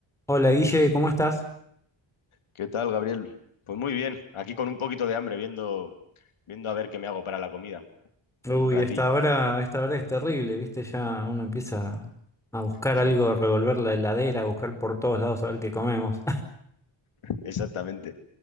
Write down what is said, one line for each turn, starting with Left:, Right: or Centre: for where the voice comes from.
Centre: Hola Guille, ¿cómo estás?
Left: ¿Qué tal, Gabriel? Pues muy bien, aquí con un poquito de hambre, viendo, viendo a ver qué me hago para la comida en
Centre: Uy,
Left: un ratillo.
Centre: esta hora, esta hora es terrible, ¿viste? Ya uno empieza a buscar
Left: Sí,
Centre: algo, revolver la heladera, a buscar por todos lados a ver qué comemos.
Left: exactamente.